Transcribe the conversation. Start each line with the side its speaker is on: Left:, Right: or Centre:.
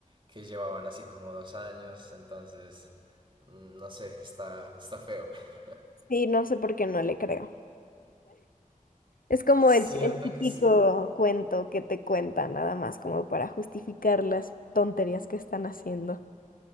Right: que llevaban así como dos años, entonces, mm, no sé, está, está feo. <laughs>
Left: Sí, no sé por qué no le creo. Es como
Right: Cierto
Left: el, el típico
Right: que sí,
Left: cuento que te cuentan, nada más como para justificar las tonterías que están haciendo.